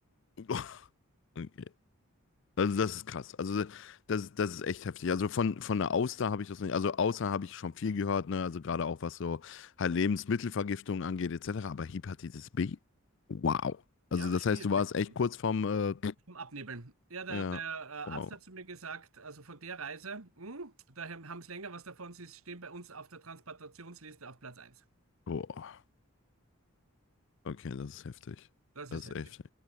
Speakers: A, on the left; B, on the right.
A: <laughs> Okay. Also das ist krass. Also das, das ist echt heftig. Also von, von der Auster habe ich das nicht. Also Auster habe ich schon viel gehört, ne? Also gerade auch was so halt Lebensmittelvergiftung angeht, etc. Aber Hepatitis B? Wow.
B: Ja,
A: Also das
B: Schmierinfektion.
A: heißt, du warst echt kurz vorm, äh,
B: Vom Abnebeln. Ja, der,
A: ja,
B: der äh,
A: wow.
B: Arzt hat zu mir gesagt, also von der Reise, mh, da haben sie länger was davon, sie stehen bei uns auf der Transplantationsliste auf Platz eins.
A: Boah. Okay, das ist heftig.
B: Das
A: Das
B: ist heftig.
A: ist echt.